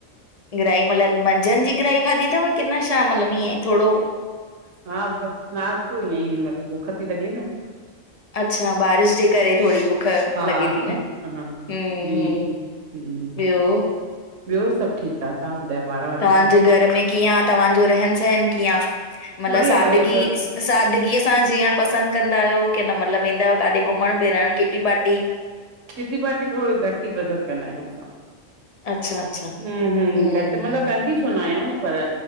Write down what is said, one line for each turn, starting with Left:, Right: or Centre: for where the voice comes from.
Left: ग्राही मतलब मंझंद जी ग्राहि खाधी तव की न शाम मतलब ईअं थोरो?
Right: हा बसि नाश्तो ईअं ई मतिलबु बुख त लॻे न
Left: अच्छा बारिश जे करे थोरी बु- बुख
Right: हा
Left: लॻे थी न
Right: हा
Left: हं
Right: जी
Left: -हं
Right: हम्म,
Left: ॿियो?
Right: ॿियो सभु ठीकु आहे। तव्हां ॿुधायो ॿार वार?
Left: तव्हांजे
Right: ठीकु आहिनि
Left: घर में कीअं तव्हांजो रहन सहन कीअं आ? मतिलबु
Right: बढ़िया
Left: सादगी
Right: बढ़िया बसि
Left: सादगीअ सां जीअण पसंदि कंदा आहियो की न मतलबु वेंदा आहियो किथे घुमण फिरण किटी पार्टी?
Right: किटी पार्टी थोरो घटि ई पसंदि कंदा आहियूं असां।
Left: अच्छा अच्छा
Right: हम हम
Left: हम्म,
Right: घटि मतलबु कंदी छो न आहियूं पर